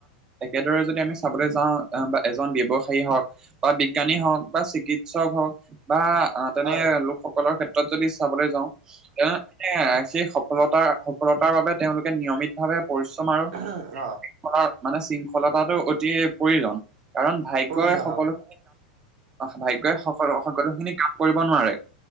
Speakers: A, on the right; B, on the right.
A: একেদৰে যদি আমি চাবলৈ যাওঁ বা এজন ব্যৱসায়ী হওক বা বিজ্ঞানী হওক বা চিকিৎসক হওক বা তেনে
B: হয়
A: লোকসকলৰ ক্ষেত্ৰত যদি চাবলৈ যাওঁ, তেনে সেই সফলতা সফলতাৰ বাবে তেওঁলোকে নিয়মিত ভাৱে পৰিশ্ৰম আৰু
B: অ।
A: শৃংলা মানে শৃংখলতাটো অতি প্ৰয়োজন কাৰণ ভাগ্যই
B: প্ৰয়োজন
A: সকলো
B: অ
A: ভাগ্যয়ই সকল সকলো খিনি কাম কৰিব নোৱাৰে